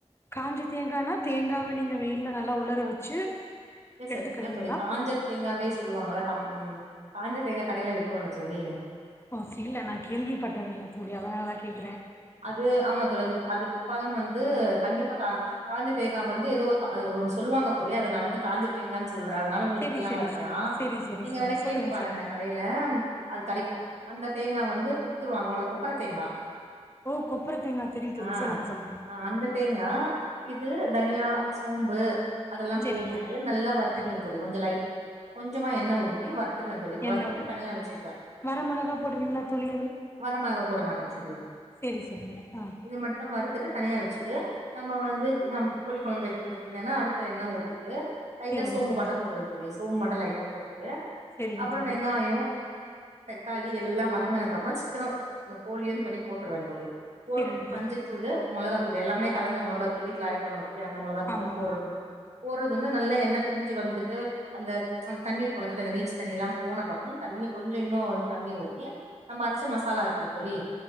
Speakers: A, on the left; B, on the right.
A: காஞ்சு தேங்கானா தேங்காவ நீங்க வெயில்ல நல்லா உளற வச்சு
B: ஏ ச
A: எடுத்துக்கிறதுங்களா
B: இல்ல தோழி காஞ்ச தேங்காவே சொல்லுவாங்கள்ள தம் உம் காஞ்ச தேங்கா கடைல விக்கூல்ல தோழி
A: ஓ இல்ல நா கேள்விப்பட்டதில்ல தோழி அதனாலதா கேக்கிற
B: அது ஆமா தொடது அது பலம் வந்து இது கண்டிப்பா கா காஞ்ச தேங்கா வந்து ஏதோ த அது ஒன்னு சொல்லுவாங்க தோழி அத நா வந்து காஞ்ச தேங்கான் சொல்ற அதனால உங்களுக்கு
A: சரி
B: புரியாம
A: சரி
B: இருக்கலா
A: சரி சரி சரி
B: நீங்க
A: சரி
B: வேணா
A: சொல்லுங்க
B: கேட்டு பாருங்க
A: சொல்லுங்க
B: கடைல ம் அது கெடைக்கு அந்த தேங்கா வந்து குடுத்துருவாங்களு கொப்பரதேங்கா
A: ஓ கொப்பர தேங்கா தெரியு தெரியு
B: ஆ
A: சொல்லுங்க சொல்லுங்க
B: அ அந்த தேங்கா இது தனியா சோம்பு அதெல்லா
A: சரிங்க
B: போட்டுட்டு நல்லா வருறுத்துருவே
A: சரி
B: தோழி கொஞ்ச லைட் கொஞ்சமா எண்ண ஊத்தி வ திருவ தோழி
A: எண்ணெ
B: வற்த்துட்டு
A: ஊத்தி
B: தனியா வச்சட்வ
A: வர மொளகா போடுவீங்களா தோழி
B: வரமெள்கா போட மாட்ட தோழி
A: சேரி சொல்லுங்க ஆஹ்
B: இது மட்டு வறுத்துட்டு தனியா வெச்சிட்டு நம்ப வந்து நம் கோழி கொழம்பு வெக்றதுக்கு என்னென்னா அடுப்புல எண்ண ஊத்திட்டு லைட்டா
A: சரிங்க
B: சோம்பு
A: தோழி
B: மட்ட போடுறது தோழி சோம்பு மட்டோ லைட்டா போட்டுட்டு
A: சரிங்க
B: அப்புறம்
A: தோழி
B: வெங்காயோ தக்காளி எல்லா வந்துங்னகதுக்கப்ரோச் சிக்கன இந கோழியின் தனி போட்டுறுவேன் தோழி போட்டுட்
A: சரிங்க
B: பஞ்சுத்தூளூ
A: தோழி
B: மொளகா இப்டி எல்லாமே கலந்த முலகாத்தூள் வீட்ல அரைக்களா <unintelligible> அந்த மொலகாத்தூல்
A: ஆமாங்க
B: தா போற்றதுன்ட்டு போற்றதுன்னு நல்லா என்னேப் பிரிஞ்சு வந்து து அந்த அந் தண்ணீர் கொளத்துல அந்த நீச் தண்ணீல்லா போன கப்றம் தண்ணி கொஞ்சோ இன்னூ தண்ணீ ஊத்தி நம்ம அரச்ச மசாலா இருக்குல தொழி